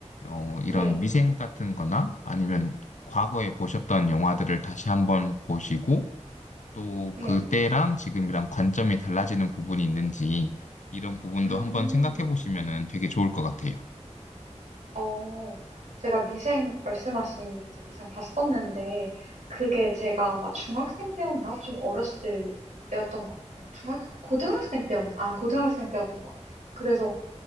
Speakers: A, on the left (about 90°); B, on the right (about 90°).
A: 어, 이런
B: 네.
A: 미생 같은 거나 아니면 과거에 보셨던 영화들을 다시 한번 보시고 또
B: 네.
A: 그때랑 지금이랑 관점이 달라지는 부분이 있는지 이런 부분도
B: 음,
A: 한번 생각해 보시면은 되게 좋을 것 같아요.
B: 어, 제가 미생, 말씀하신 이제 미생 봤었는데, 그게 제가 아마 중학생 때였나? 좀 어렸을 때였던 것 같아요. 중학생, 고등학생 때였, 아, 고등학생 때였던 것 같아요. 그래서,